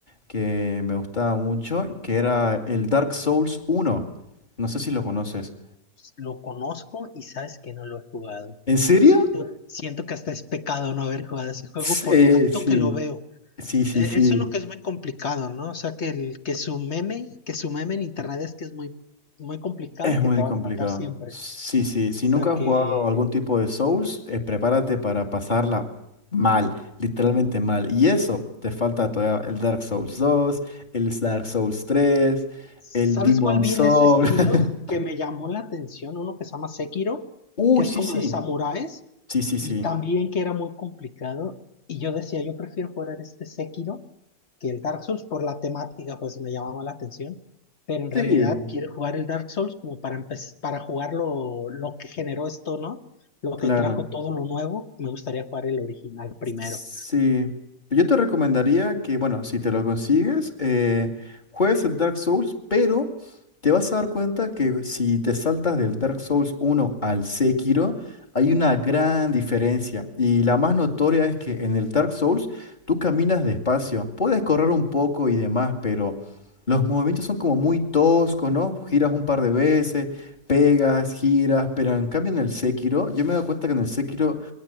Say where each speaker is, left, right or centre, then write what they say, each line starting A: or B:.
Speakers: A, on the left; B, on the left.
A: que me gustaba mucho, que era el Dark Souls uno. no sé si lo conoces.
B: Ups, Lo conozco y sabes que no lo he jugado.
A: ¿En serio?
B: Siento, siento que hasta es pecado no haber jugado ese juego
A: S-
B: por
A: eh,
B: tanto
A: sí,
B: que lo veo.
A: sí, sí,
B: E-
A: sí.
B: Eso es lo que es muy complicado, ¿no? O sea, que, el, que su meme, que su meme en internet es que es muy, muy complicado
A: Es
B: y que
A: muy
B: te van
A: complicado.
B: a matar siempre.
A: Sí,
B: O
A: sí. Si
B: sea,
A: nunca has
B: que
A: jugado algún tipo de Souls, eh, prepárate para pasarla mal, literalmente mal. Y eso, te falta todavía el Dark Souls 2, el Dark Souls 3,
B: ¿Sabes
A: el Demon
B: cuál vi
A: Souls.
B: en ese estilo
A: <laughs>
B: que me llamó la atención? Uno que se llama Sekiro,
A: Uy,
B: que es
A: sí,
B: como
A: sí.
B: de samuráis
A: Sí, sí, sí.
B: y también que era muy complicado. Y yo decía, yo prefiero jugar este Sekiro que el Dark Souls por la temática, pues me llamaba la atención. Pero en realidad
A: Sí,
B: quiero jugar el Dark Souls como para empe- para jugar lo, lo que generó esto, ¿no? Lo
A: claro.
B: que trajo todo lo nuevo. Me gustaría jugar el original primero.
A: Sí, yo te recomendaría que, bueno, si te lo consigues, eh, juegues el Dark Souls, pero te vas a dar cuenta que si te saltas del Dark Souls uno al Sekiro, hay una gran diferencia. Y la más notoria es que en el Dark Souls tú caminas despacio, puedes correr un poco y demás, pero los movimientos son como muy toscos, ¿no? Giras un par de veces, pegas, giras, pero en cambio en el Sekiro, yo me he dado cuenta que en el Sekiro